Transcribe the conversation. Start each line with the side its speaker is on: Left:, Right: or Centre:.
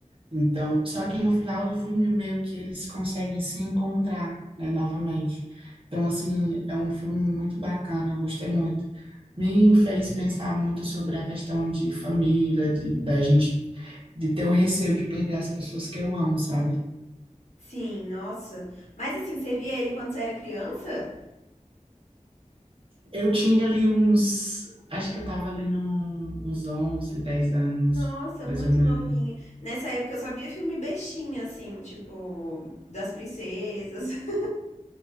Right: Então, só que no final do filme meio que eles conseguem se encontrar, né, novamente. Então, assim, é um filme muito bacana, eu gostei muito. Me fez pensar muito sobre a questão de família, de, da gente, de ter o receio de perder as pessoas que eu amo, sabe?
Left: Sim, nossa. Mas assim, você via ele quando você era criança?
Right: Eu tinha ali uns, acho que eu tava ali no, uns 11, 10 anos,
Left: Nossa,
Right: mais
Left: muito
Right: ou menos.
Left: novinha. Nessa época eu só via filme bestinha, assim, tipo, das princesas, <laughs>